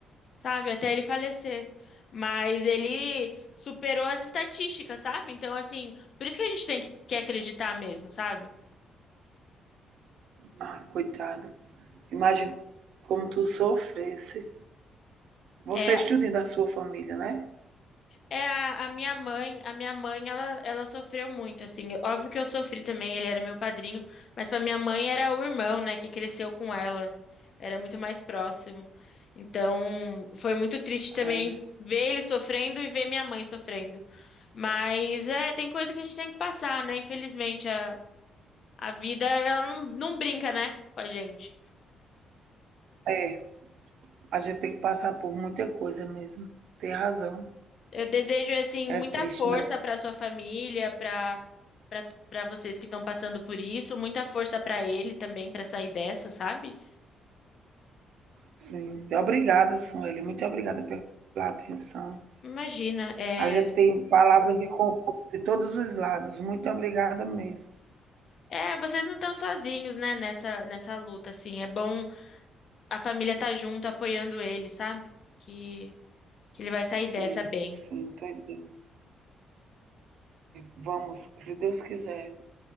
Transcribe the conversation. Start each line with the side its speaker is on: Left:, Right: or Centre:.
Left: sabe? Até ele falecer. Mas ele superou as estatísticas, sabe? Então, assim, por isso que a gente tem que, que acreditar mesmo, sabe?
Right: Ah, coitado. Imagina como tu sofresse. Você
Left: É,
Right: estuda da sua família, né?
Left: É, a, a minha mãe, a minha mãe, ela, ela sofreu muito, assim. Óbvio que eu sofri também, ele era meu padrinho, mas para minha mãe era o irmão, né, que cresceu com ela. Era muito mais próximo. Então, foi muito triste também
Right: É.
Left: ver ele sofrendo e ver minha mãe sofrendo. Mas é, tem coisa que a gente tem que passar, né? Infelizmente, a, a vida, ela não, não brinca, né, com a gente.
Right: É. A gente tem que passar por muita coisa mesmo. Tem razão.
Left: Eu desejo assim muita
Right: É triste,
Left: força
Right: mas
Left: para sua família, para para para vocês que estão passando por isso, muita força para ele também para sair dessa, sabe?
Right: sim. Obrigada, Sueli. Muito obrigada pela atenção.
Left: Imagina, é,
Right: A gente tem palavras de conforto de todos os lados. Muito obrigada mesmo.
Left: é, vocês não estão sozinhos, né, nessa nessa luta assim. É bom a família estar junto apoiando ele, sabe? Que que ele vai sair
Right: Sim,
Left: dessa bem.
Right: sim, estou entendendo. Vamos, se Deus quiser.